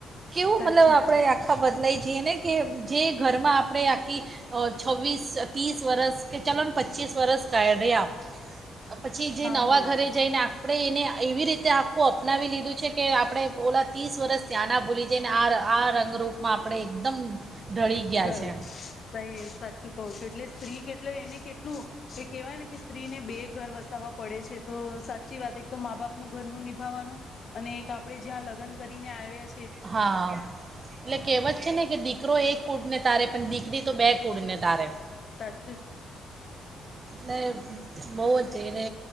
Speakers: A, on the right; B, on the left.
A: કેવું
B: સાચું
A: મતલબ આપણેે
B: કહું.
A: આખા બદલાઈ જે ને કે જે ઘરમાં આપણે આખી છવ્વીસ ત્રીસ વરસ કે ચાલો ને પચીસ વરસ કાઢ્યા પછી જે
B: હા
A: નવા
B: હા
A: ઘરે જઈને આપણેે એને એવી રીત તે આપોપ અપનાવી લીધું છે કે આપણે ઓલા ત્રીસ વરસ ત્યાંના ભૂલી જઈને આ આ રંગરૂપમાં આપણે એકદમ ઢળી ગયા
B: દહીંજ
A: છે
B: તય જ સાચું કહું છું એટલે સ્ત્રી કેટલ એને કેટલું એ કહેવાય ને કે સ્ત્રીને બે ઘર વસાવવા પડે છે તો સાચી વાત એક તો મા બાપનું ઘરનું નિભાવવાનું અને એક આપણેે જ્યાં લગ્ન કરીને આવ્યા છે
A: હા એટલે કેવત છે ને કે દીકરો એક કૂટને તારે પણ દીકરી તો બેગ કુળને તારે
B: સાચી
A: ને બહુ જ એને